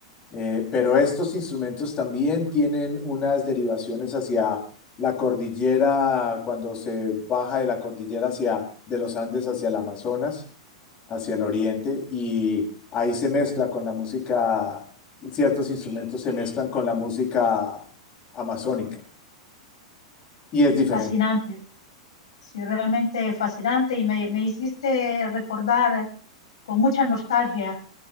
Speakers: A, on the left; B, on the left.
A: Eh, pero estos instrumentos también tienen unas derivaciones hacia la cordillera, cuando se baja de la cordillera hacia, de los Andes hacia el Amazonas, hacia el oriente, y ahí se mezcla con la música, ciertos instrumentos se mezclan con la música amazónica, y es diferente.
B: fascinante. Sí, realmente fascinante y me, me hiciste recordar con mucha nostalgia.